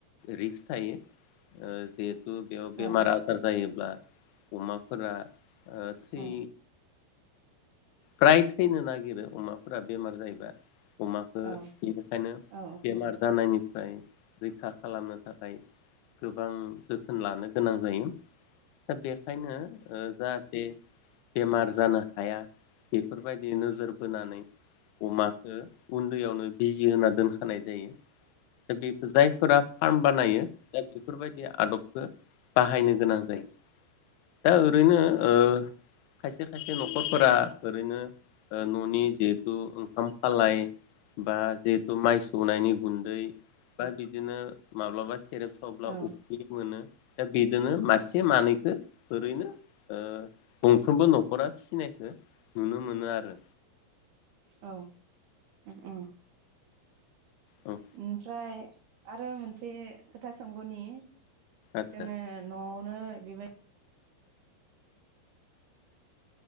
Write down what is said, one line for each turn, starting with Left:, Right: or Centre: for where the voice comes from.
Left: रिक्स थायो ओ जिहेथु बेयाव बेमार
Right: औ
Left: आजार जायोब्ला अमा फोरा ओ थै
Right: औ
Left: प्राइथैनो नागिरो अमाफोरा बेमार जायोबा अमाखो
Right: औ
Left: इनिखायनो
Right: औ
Left: बेमार जानायनि फ्राय रैखा खालामनो थाखाय गोबां जोथोन लानो गोनां जायो। दा बेखायनो ओ जाहाथे बेमार जानो हाया बेफोरबायदि नोजोर बोनानै अमाखो उन्दैयावनो बिजि होना दोनखानाय जायो। दा बेखो जायफोरा फार्म बानायो दा बेफोरबायदिया आदबखो बाहायनो गोनां जायो। दा ओरैनो ओ खायसे खायसे न'खरफोरा ओरैनो ओ न'नि जिहेथु ओंखाम खालाय बा जिहेतु माइ सौनायनि गुन्दै बा बिदिनो माब्लाबा सेरेब सावब्ला
Right: औ
Left: उफ्रि मोनो। दा बिदिनो मासे मानैखो ओरैनो ओ गंफ्रोमबो न'खरा फिसिनायखो नुनो मोनो आरो
Right: औ ओ औ
Left: औ
Right: ओमफ्राय आरो मोनसे खोथा सोंब'नि
Left: आदसा
Right: जोङो न' <unintelligible> बेबायदि